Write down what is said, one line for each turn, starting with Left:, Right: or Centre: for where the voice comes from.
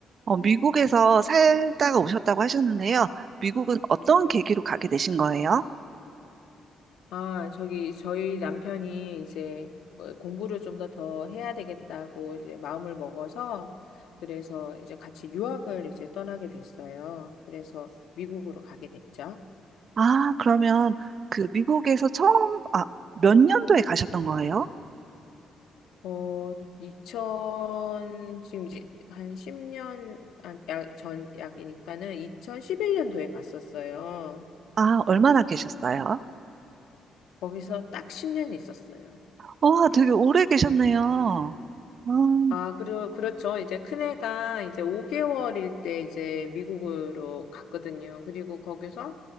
Right: 어, 미국에서 살다가 오셨다고 하셨는데요. 미국은 어떤 계기로 가게 되신 거예요?
Left: 아, 저기, 저희 남편이 이제 어, 공부를 좀 더 더 해야 되겠다고 이제 마음을 먹어서 그래서 이제 같이 유학을 이제 떠나게 됐어요. 그래서 미국으로 가게 됐죠.
Right: 아, 그러면 그 미국에서 처음, 아, 몇 년도에 가셨던 거예요?
Left: 어, 이천 지금 이제 한 10년 안- 약, 전 약이니까는 2011년도에 갔었어요.
Right: 아, 얼마나 계셨어요?
Left: 거기서 딱 10년 있었어요.
Right: 와, 되게 오래 계셨네요. 음,
Left: 아, 그리고, 그렇죠. 이제 큰애가 이제 5개월일 때 이제 미국으로 갔거든요. 그리고 거기서